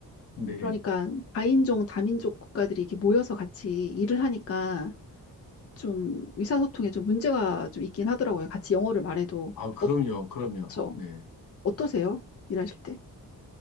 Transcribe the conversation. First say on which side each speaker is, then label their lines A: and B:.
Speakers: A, on the left; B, on the left.
A: 네.
B: 그러니까 다인종, 다민족 국가들이 이렇게 모여서 같이 일을 하니까 좀 의사소통에 좀 문제가 좀 있긴 하더라고요. 같이 영어를 말해도.
A: 아, 그럼요,
B: 어,
A: 그럼요.
B: 저,
A: 네.
B: 어떠세요? 일하실 때?